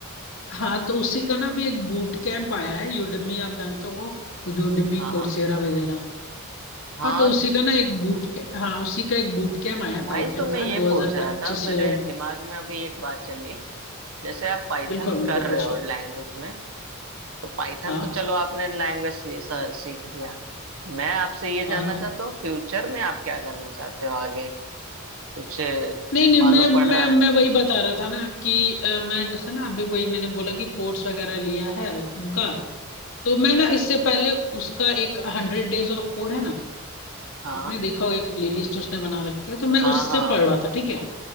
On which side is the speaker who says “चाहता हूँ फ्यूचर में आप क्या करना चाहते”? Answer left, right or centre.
Right